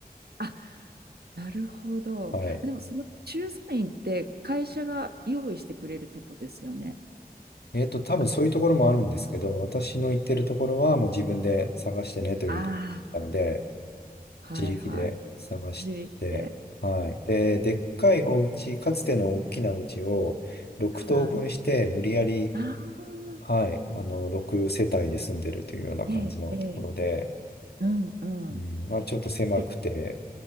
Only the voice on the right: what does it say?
あ、なるほど。
あでもその駐在員って会社が用意してくれるとこですよね。
あ、
ああはいはい。
自力で。
はい。ああ、
ええ、ええ、うんうん。
え、